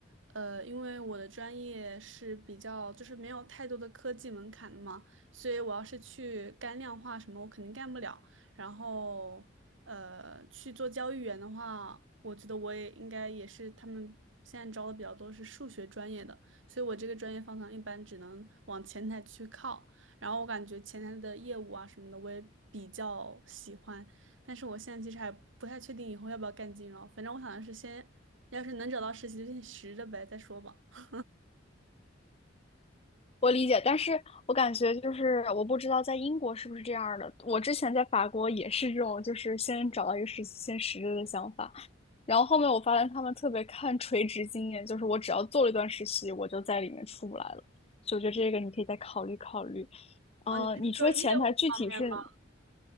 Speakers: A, on the right; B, on the left.
A: 呃，因为我的专业是比较就是没有太多的科技门槛的嘛，所以我要是去干量化什么，我肯定干不了。然后，呃，去做交易员的话，我觉得我也应该也是他们现在招的比较多是数学专业的，所以我这个专业方向一般只能往前台去靠。然后我感觉前台的业务啊什么的，我也比较喜欢。但是我现在其实还不太确定以后要不要干金融，反正我想的是先，要是能找到实习就先实着呗，再说吧。<laughs>
B: 我理解，但是我感觉就是我不知道在英国是不是这样儿的。我之前在法国也是这种，就是先找到一个实习先实习的想法，然后后面我发现他们特别看垂直经验，就是我只要做了一段实习，我就在里面出不来了。所以我觉得这个你可以再考虑考虑。呃，
A: 哦，你是说业务方面吗？
B: 你说前台具体是